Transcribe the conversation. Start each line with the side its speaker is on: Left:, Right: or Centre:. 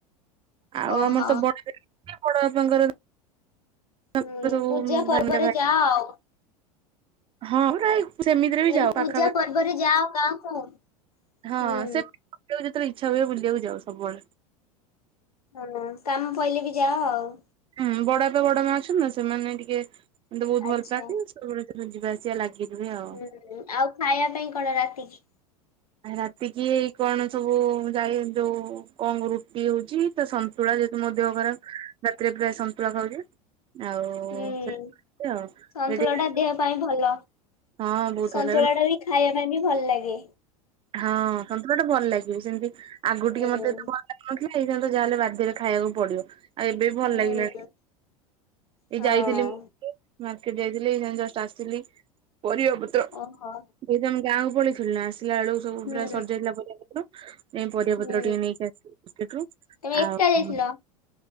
Right: ଆଉ
Left: ଓହୋ
Right: ଆମର ତ ବଡ ବଡ ବାପାଙ୍କର <unintelligible>
Left: ହୁଁ
Right: ସ
Left: ପୂଜା ପର୍ବରେ
Right: ଭନ୍େ ଭ <unintelligible>
Left: ଯାଅ ଆଉ। ମୁଁ
Right: ହଁ। <unintelligible>
Left: ମୁ କହିଲି
Right: ଯାଉ
Left: ପୂଜା
Right: ପାଖାପାଖି
Left: ପର୍ବରେ ଯାଅ ଗାଁକୁ ହୁଁ।
Right: ହଁ ସେ ଯେତେବେଳେ ଇଚ୍ଛା ହୁଏ ବୁଲିଆକୁ ଯାଉ ସବୁବେଳେ।
Left: ହଁ କାମ ପଇଲେ ବି ଯାଅ ଆଉ।
Right: ହୁଁ ବଡଆପା ବଡମା ଅଛନ୍ତି ନା ସେମାନେ ଟିକେ ମତେ ବହୁତ
Left: ଆଚ୍ଛା
Right: ଭଲ ପାଆନ୍ତି ସବୁବେଳେ ସେମି ଯିବାଆସିବା ଲାଗେ। ଗି ରୁହେ ଆଉ।
Left: ହୁଁ ଆଉ ଖାଇବା ପାଇଁ କଣ ରାତିକି?
Right: ଆ ରାତି କିି ଏଇ କଣ ସବୁ ଯାଇ ହେ ଯୋଉ କଣ ରୁଟି ହଉଛି ତ ସନ୍ତୁଳା ଯେ। ମୋ ଦେହ ଖରାପ। ରାତିରେ ପ୍ରାୟ ସନ୍ତୁଳା ଖାଉଛି। ଆଉ
Left: ହୁଁ ସନ୍ତୁଳା ଟା
Right: <unintelligible>
Left: ଦେହ ପାଇଁ ଭଲ।
Right: ହଁ ବହୁତ
Left: ସନ୍ତୁଳା
Right: ଭଲ ଲାଗେ।
Left: ଟା ବି ଖାଇବା ପାଇଁ ବି ଭଲ ଲାଗେ।
Right: ହଁ ସନ୍ତୁଳାଟା ଭଲ ଲାଗିବ ସେମିତି ଆଗରୁ
Left: ହୁଁ
Right: ଟିକେ ମୋତେ। ଏଇଶାନ୍ତ ଯାହେଲେ ବାଧ୍ୟରେ ଖାଇବାକୁ ପଡିବ। ଆଉ ଏବେ ବି ଭଲ
Left: ହୁଁ
Right: ଲାଗିଲାଣି। ଏଇ
Left: ହଁ
Right: ଯାଇଥିଲି ମାର୍କେଟ ଯାଇଥିଲି ଏଇଶାଙ୍ଗେ ଜଷ୍ଟ ଆସିଲି ପରିବା। ପତ୍ର
Left: ଓହୋ।
Right: ଆମେ ଗାଁକୁ ପଳେଇଥିଲୁ ନାଁ ଆସିଲା ବେଳକୁ ସବୁ
Left: ହୁଁ
Right: ପୁରା ସରିଯାଇଥିଲା ପରିବା ପତ୍ର। ଏଇ ପରିବା
Left: ହୁଁ
Right: ପତ୍ର ଟିକେ ନେଇକି ଆସିଲି ମାର୍କେଟରୁ
Left: ତମେ
Right: ଆଉ
Left: ଏକା ଯାଇଥିଲ?
Right: କଣ।